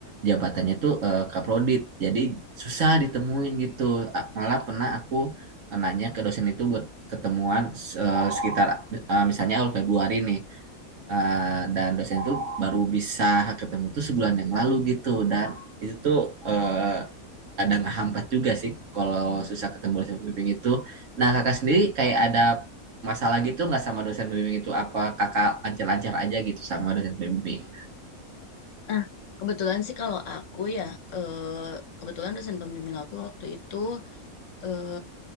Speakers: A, on the right; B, on the left.
A: jabatannya tuh eh, kaprodit jadi susah ditemuin gitu malah pernah aku eh, nanya ke dosen itu buat ketemuan eh, sekitar eh, misalnya awal Februari nih Eh, dan dosen itu baru bisa ketemu tuh sebulan yang lalu gitu dan itu tuh eh, ada ngehambat juga sih kalau susah ketemu dosen pembimbing itu. Nah kakak sendiri kayak ada masalah gitu nggak sama dosen pembimbing itu apa kakak lancar-lancar aja gitu sama dosen pembimbing
B: Nah, kebetulan sih kalau aku ya eh kebetulan dosen pembimbing aku waktu itu eh